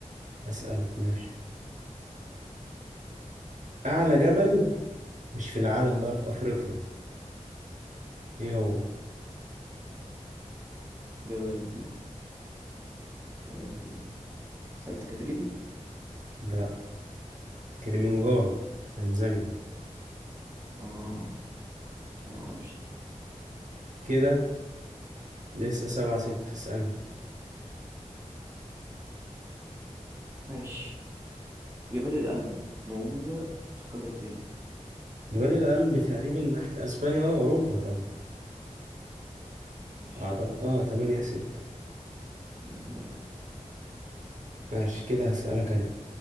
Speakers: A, on the right; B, on the right.
A: أسألك ماشي أعلى جبل مش في العالم بقى في أفريقيا إيه هو؟
B: جبل جبل إيه سانت كاترين
A: ده كليمنجارو في تنزانيا
B: آه أنا معرفش دي
A: كده لسه سبعة ستة اسألني
B: ماشي جبال الألب موجودة في قارة إيه
A: جبال الألب تقريبا ناحية أسبانيا أه أوروبا طبعا
B: ماشي
A: أعط- أه تمانية ستة
B: تمانية
A: ماشي كده هسألك أنا